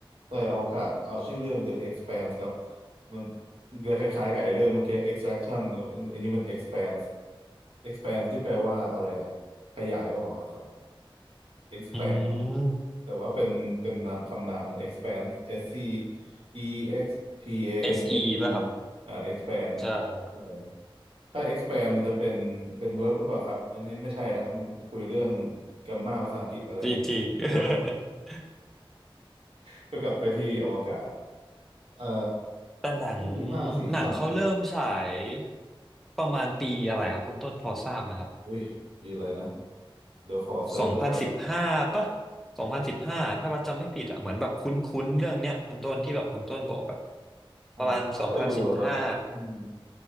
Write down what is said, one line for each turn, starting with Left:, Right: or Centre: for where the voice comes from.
Right: ใช่อวกาศเอาชื่อเรื่อง The Expanse ครับมันมันจะคล้ายๆกับไอ้เรื่องเมื่อกี้ Extraction อันนี้มัน Expanse Expanse ที่แปลว่าอะไรอ่ะขยายออกอะครับ Expanse
Centre: อืม
Right: แต่ว่าเป็นเป็นนามคำนามนะ Expanse S C E X P A
Centre: SE
Right: N S E
Centre: ป่ะครับ
Right: ออ่า Expand
Centre: ใช่ครับ
Right: ใช่ถ้า Expand มันจะเป็นเป็น verb หรือเปล่าครับอันนี้ไม่ใช่ละมันคุยเรื่องแกมมาภาษาอังกฤษอะไร
Centre: จริงจริง <laughs>
Right: เดี๋ยว <laughs> ก็กลับไปที่อวกาศ เอ่อ
Centre: แต่หนัง
Right: มีห้าซีซั่นครับ
Centre: หนังเขาเริ่มฉายประมาณปีอะไรครับคุณต้นพอทราบไหมครับ
Right: อุ้ยมีอะไรนะเดี๋ยวขอเซิร์ชเลยครับ
Centre: สองพันสิบห้าปะสองพันสิบห้าถ้าว่าจำไม่ผิดอะเหมือนแบบคุ้นๆเรื่องเนี้ยคุณต้นที่แบบคุณต้นบอกอะ
Right: อ๋อเขาเคยดูเหรอครับอืม
Centre: ประมาณสองพันสิบห้า